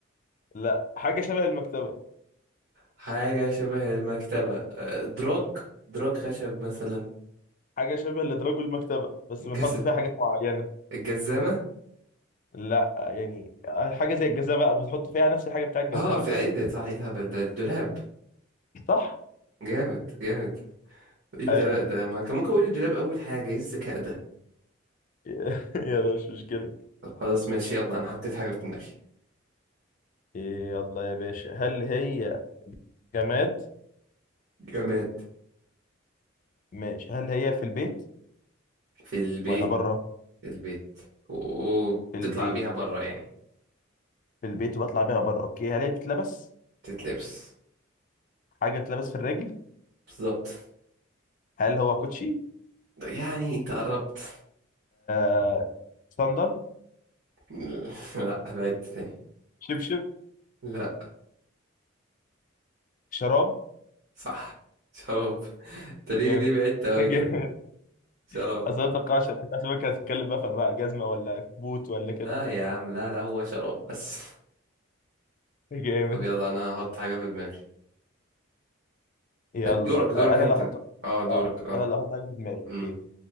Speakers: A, on the left; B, on the right.
A: <laughs> لا حاجة شبه المكتبة
B: حاجة شبه المكتبة أه، دراج دراج خشب مثلا
A: حاجة شبه لدراج المكتبة بس بنحط
B: جز...
A: فيها حاجات معينة
B: الجزامة
A: لا يعني حاجة زي الجزامة بقى بنحط فيها نفس الحاجة بتاع الجزامة
B: اه في
A: كده
B: ايه ده صح ايه الهبل ده الدولاب
A: صح؟
B: جامد جامد ايه الغباء
A: حلو
B: ده ما كان ممكن اقول الدولاب اول حاجه ايه الذكاء ده
A: <laughs> يلا مش مشكلة
B: طب خلاص ماشي يلا انا حطيت حاجه في دماغي
A: يلا يا باشا هل هي جماد؟
B: جماد
A: ماشي هل هي في البيت
B: في البيت
A: ولا بره؟
B: في البيت وبتطلع
A: في البيت
B: بيها بره يعني
A: في البيت وبطلع بيها بره اوكي هل هي بتتلبس؟
B: تتلبس
A: حاجة بتتلبس في الرجل؟
B: بالظبط
A: هل هو كوتشي؟
B: ده يعني انت قربت
A: آه... صندل؟
B: <laughs> لا بعدت تاني
A: شبشب؟
B: لا
A: شراب؟
B: صح شراب <laughs> انت ليه
A: جامد
B: ليه بعدت قوي
A: <laughs> جامد
B: كده شراب
A: اصل أنا متوقعش إن في اسماك هتتكلم بقى في انواع جزمه ولا كبوت ولا
B: لا
A: كده
B: يا عم لا لا هو شراب بس
A: <laughs>
B: <laughs>
A: جامد
B: طب يلا انا هحط حاجه في دماغي
A: يلا
B: دورك دورك
A: آه، انا
B: انت
A: اللي هحط
B: اه دورك
A: اه
B: اه
A: انا اللي هحط حاجه في دماغي اوكي
B: امم